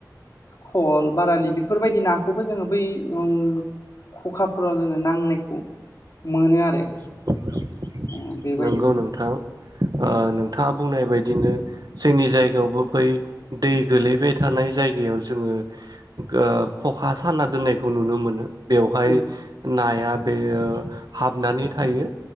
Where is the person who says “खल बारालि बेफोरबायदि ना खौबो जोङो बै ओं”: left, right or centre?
Left